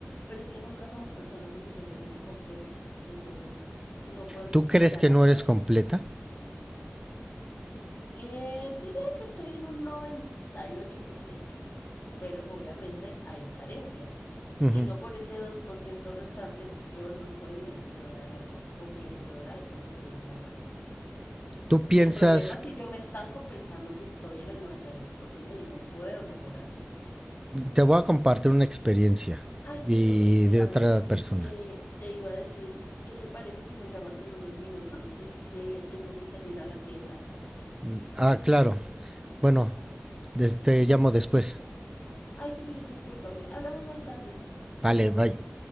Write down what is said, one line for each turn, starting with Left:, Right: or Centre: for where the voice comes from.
Left: pero es que nunca somos personas suficientemente completas. Entonces, no podemos
Right: Tú
Left: esperar
Right: crees que
Left: hasta...
Right: no eres completa.
Left: eh, diría que estoy en un 98%, pero obviamente hay carencias
Right: Ujú.
Left: y no por ese 2% restante yo no soy merecedora de amor o merecedora de construir una pareja.
Right: Tú piensas,
Left: El problema es si yo me estanco pensando que estoy en el 98% y ocho por ciento y no puedo mejorar.
Right: te voy a compartir una experiencia
Left: Ay,
Right: y
Left: pero espérame,
Right: de otra persona.
Left: eh, te iba a decir, ¿qué te parece si me llamas en unos minutos? Es que tengo que salir a la tienda.
Right: Mm, Ah, claro. Bueno, des- te llamo después.
Left: Ay, sí, discúlpame, hablamos más tarde. Adiós.
Right: Vale, bye.